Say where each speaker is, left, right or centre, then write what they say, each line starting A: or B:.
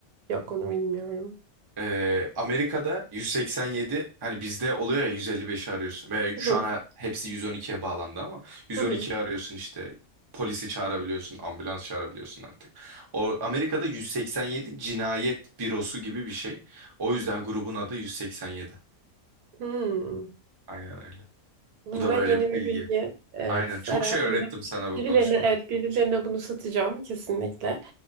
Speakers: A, on the right (about 85°); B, on the right (about 35°).
A: Yok onu bilmiyorum.
B: Ee, Amerika'da 187 hani bizde oluyor ya 155'i arıyorsun ve
A: Hı
B: şu
A: hı.
B: an hepsi 112'ye bağlandı ama 112'yi
A: Hı hı.
B: arıyorsun işte polisi çağırabiliyorsun ambulans çağırabiliyorsun artık. O Amerika'da 187 cinayet bürosu gibi bir şey. O yüzden grubun adı 187.
A: Hmm.
B: Aynen öyle.
A: Bunda
B: Bu da böyle
A: yeni
B: bir
A: bir
B: bilgi.
A: bilgi. Evet,
B: Aynen çok
A: hayatımda
B: şey öğrettim sana bu
A: birilerine
B: konuşmada.
A: evet birilerine bunu satacağım kesinlikle.